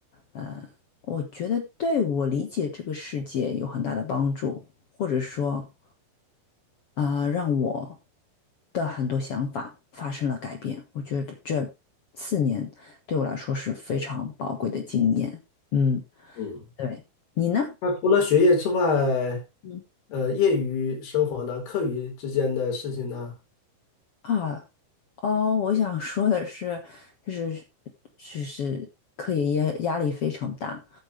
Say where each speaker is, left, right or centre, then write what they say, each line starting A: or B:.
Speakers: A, on the left; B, on the left.
A: 呃，我觉得对我理解这个世界有很大的帮助，或者说啊、让我的很多想法发生了改变。我觉得这四年对我来说是非常宝贵的经验。嗯，
B: 嗯。
A: 对。你呢？
B: 那除了学业之外，
A: 嗯，
B: 呃，业余生活呢，课余之间的事情呢？
A: 啊，哦，我想说的是，就是就是课业压压力非常大